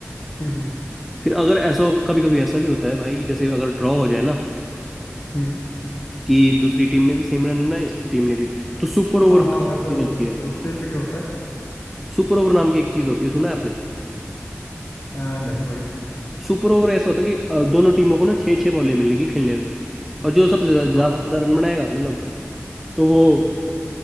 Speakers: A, on the left; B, in the centre.
A: हम्म हम्म
B: फिर अगर ऐसा कभी कभी ऐसा भी होता है भाई जैसे अगर ड्रॉ हो जाए ना
A: हम्म।
B: कि दूसरी टीम ने भी सेम रन बनाए इस टीम ने भी तो सुपर ओवर
A: हाँ
B: नाम
A: हाँ
B: की
A: ऐसा
B: एक चीज होती
A: हो सकता
B: है
A: है उस टाइम पे क्या होता है
B: सुपर ओवर नाम की एक चीज होती है सुना है आपने
A: अ, नहीं भाई
B: सुपर ओवर ऐसा होता है कि अ, दोनों टीमों को ना छः छः बॉलें मिलेगी खेलने में और जो सबसे ज्या-
A: हाँ
B: ज्यादा रन बनाएगा मतलब तो वो